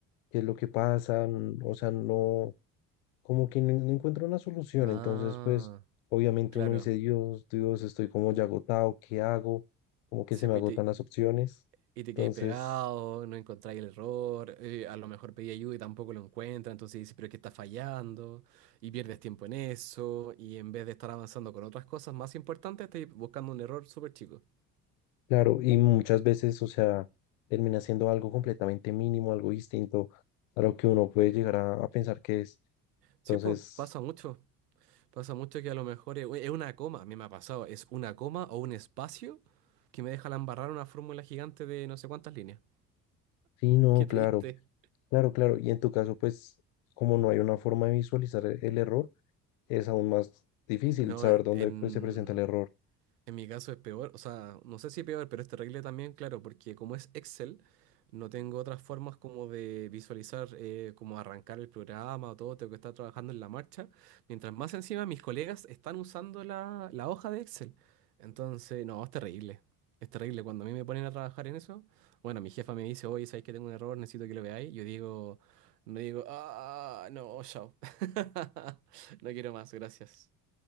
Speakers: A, on the left; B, on the right.
A: qué es lo que pasa, n- o sea, no, como que no, no encuentro una solución.
B: Ah,
A: Entonces, pues, obviamente
B: claro.
A: uno dice, Dios, Dios, estoy como ya agotado, ¿qué hago? Como que
B: Se
A: se me
B: pu-
A: agotan
B: y te,
A: las opciones.
B: y te
A: Entonces,
B: quedáis pegado, no encontráis el error, eh, a lo mejor pedí ayuda y tampoco lo encuentra, entonces dices, pero es que está fallando, y pierdes tiempo en eso, y en vez de estar avanzando con otras cosas más importantes, estás buscando un error súper chico.
A: claro, y muchas veces, o sea, termina siendo algo completamente mínimo, algo distinto a lo que uno puede llegar a, a pensar que es.
B: Sí,
A: Entonces,
B: pues, pasa mucho. Pasa mucho que a lo mejor es, es una coma, a mí me ha pasado, es una coma o un espacio que me deja la embarrar una fórmula gigante de no sé cuántas líneas.
A: sí, no,
B: Qué
A: claro,
B: triste.
A: claro, claro. Y en tu caso, pues, como no hay una forma de visualizar el el error, es aún más difícil
B: No,
A: saber dónde,
B: en,
A: pues, se presenta el error.
B: En mi caso es peor, o sea, no sé si es peor, pero es terrible también, claro, porque como es Excel, no tengo otras formas como de visualizar, eh, como arrancar el programa o todo, tengo que estar trabajando en la marcha, mientras más encima mis colegas están usando la, la hoja de Excel. Entonces, no, es terrible, es terrible. Cuando a mí me ponen a trabajar en eso, bueno, mi jefa me dice, oye, sabéis que tengo un error? Necesito que lo veáis. Yo digo, no digo, ah, no, chao. <laughs> No quiero más, gracias.